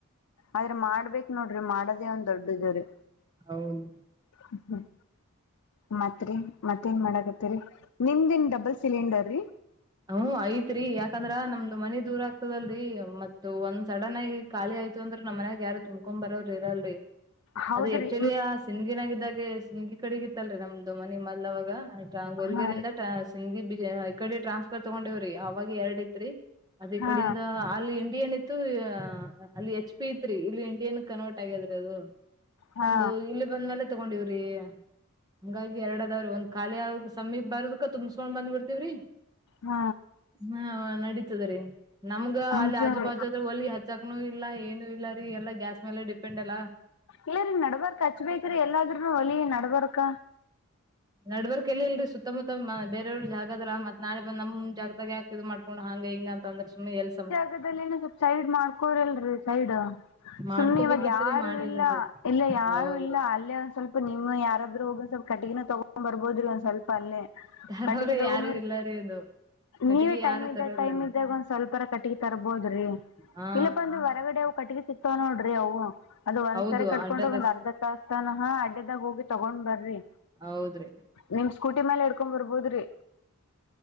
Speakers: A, on the left; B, on the right.
A: ಆದ್ರೆ ಮಾಡ್ಬೇಕ್ ನೋಡ್ರಿ ಮಾಡೋದೇ ಒಂದ್ ದೊಡ್ಡ ಇದ್ರೀ
B: ಹೌದು
A: ಹ್ಮ್ ಮತ್ರಿ ಮತ್ತೇನ್ ಮಾಡಕತ್ತರಿ ನಿಮ್ದನ್ ಡಬಲ್ ಸಿಲಿಂಡರ್ ರೀ
B: ಹ್ಮ ಐತ್ರಿೀ ಯಾಕಂದ್ರ ನಮ್ದು ಮನಿ ದೂರ ಆಗ್ತದಲ್ರರಿ ಮತ್ತ ಒಂದ್ ಸಡನ್ ಆಗಿ ಖಾಲಿ ಆಯತು ಅಂದ್ರ ನ ಮನೆಗ್ ಯಾರು ತುಂಬ್ಕೊಂಡು ಬರವ್ರ ಇರಲ್ರಿ
A: ಹೌದ್ರಿ
B: ಅದು ಆಕ್ಚುಲಿ ಆ ಸಿಂದಗಿನಾಗಿದ್ದಾಗೆ ಸಿಂದಗಿ ಕಡೆಗಿತ್ತಲ್ರಿ ನಮ್ದು ಮನೆ ಮದ್ಲ್ ಅವಾಗ ಆಯ್ತ ಗೋಲ್ಗರಿಯಂದ
A: ಹಾ ರೀ
B: <unintelligible> ಈ ಕಡೆ ಟ್ರಾನ್ಸ್ಫರ್ ತಗೊಂಡವ್ರಿ ಅವಾಗ ಎರಡ್ ಇತ್ರಿ ಅದ ಈ
A: ಹಾ
B: ಕಡಿಂದ ಅಲ್ಲಿ ಇಂಡಿಯನ್ ಇತ್ತು ಅಲ್ಲಿ ಎಚ್ ಪಿ ಇತ್ರಿ ಇಲ್ಲಿ ಇಂಡಿಯನ್ ಕನ್ವರ್ಟ್ ಆಗ್ಯದ್ರೀ ಅದು
A: ಹಾ
B: ಒಂದು ಇಲ್ಲಿ ಬಂದ್ಮೇಲೆ ತಗೊಂಡಿವ್ರಿ ಹಂಗಾಗಿ ಏಡ ಅದಾವ್ರ ಒಂದ್ ಖಾಲಿ ಆಗ್ ಸಮೀಪ್ ಬಾರದ್ಕ ತುಂಬ್ಸ್ಕೊಂಡ್ ಬಂದ್ ಬಿಡ್ತೇವ್ರಿ
A: ಹ್ಮ
B: ಹಾ ನಡೀತದ ರೀ ನಮ್ಗ
A: ನಿಜ
B: ಅಲ್ಲಿ ಆಜುಬಾಜು
A: ರೀ
B: ಹೊಲಿ ಹಚ್ಚಕ್ನುೂ ಇಲ್ಲ ಏನುೂ ಇಲ್ಲ ರೀ ಎಲ್ಲಾ ಗ್ಯಾಸ್ ಮೇಲೆ ಡಿಪೆಂಡ್ ಅಲ್ಲ
A: ಇಲ್ಲರೀ ನಡ್ಬಾರಕ್ ಹಚ್ಬೇಕೇ್ರಿ ಎಲ್ಲಾದ್ರೂನು ಹೊಲಿ ನಡ್ಬಾರಕ
B: ನಡವರ್ಕಲ್ಲಿ ಇಲ್ರರಿ ಸುತ್ತಮುತ್ತ ಬೇರವ್ರ ಜಾಗದಲ್ಲ ಮತ್ ನಾಳೆ ನಮ್ ಜಾಗದಾಗ ಯಾಕ ಇದು ಮಾಡ್ಕೊಂಡು ಹಾಂಗ ಹಿಂಗ ಅಂದ್ರೆ ಸುಮ್ಮನೆ ಎಲ್ಲಿ ಸಮಸ್ಯೆ.
A: ಗದಲ್ಲಿನ ಸ್ವಲ್ಪ ಸೈಡ್ ಮಾಡ್ಕೋರಲ್ರೀ ಸೈಡ್.
B: ಮಾಡ್ಕೋಬೇಕಿತ್ರಿ
A: ಸುಮ್ನೆ ಇವಾಗ ಯಾರು
B: ಮಾಡಿಲ್ಲ
A: ಇಲ್ಲ
B: ರೀ
A: ಇಲ್ಲ ಯಾರು
B: ಹೌದ್ರಿ
A: ಇಲ್ಲ ಅಲ್ಲೇ ಒಂದ್ ಸ್ವಲ್ಪ. ನಿಮ್ ಯಾರಾದ್ರು ಹೋಗ್ ಸ್ವಲ್ಪ ಕಟ್ಟಗಿನೆ ತಗೊಂಡ್ ಬರ್ಬೋದ್ರಿ ಒಂದ ಸ್ವಲ್ಪ ಅಲ್ಲೆ.
B: ತರೋರೆ
A: ಕಟ್ಟಿಗೆ ತಕೊಬನ್ರಿ
B: ಯಾರು ಇಲ್ಲರಿ ಅದು ಕಟ್ಟಿಗಿ
A: ನೀವ ಟೈಮ್
B: ಯಾರು
A: ಇದಾಗ
B: ತರಲ್ಲ
A: ಟೈಮ್ ಇದಾಗ. ಒಂದ್ ಸ್ವಲ್ಪರ ಕಟ್ಟಿಗೆ ತರ್ಬೋದ್ರಿ
B: ಹಾ
A: ಇಲ್ಲಪ್ಪ ಅಂದ್ರೆ ಹೊರಗಡೆ ಅವು ಕಟ್ಟಿಗೆ ಸಿಕ್ತಾವ ನೋಡ್ರಿ ಅವು. ಅದ ಒಂದ್ಸಾರಿ
B: ಹೌದು
A: ಕಟ್ಕೊಂಡ್ರೆ
B: ಅಡ್ಡದ
A: ಒಂದ್ ಅರ್ಧ ತಾಸತನಹ ಅಡ್ಡದಾಗ ಹೋಗಿ ತಗೊಂಡ್ ಬರ್ರಿ.
B: ಹೌದ್ರಿ.
A: ನಿಮ್ ಸ್ಕೂಟಿ ಮೇಲೆ ಇಡ್ಕೊಂಡ್ ಬರ್ಬೋದ್ರಿ.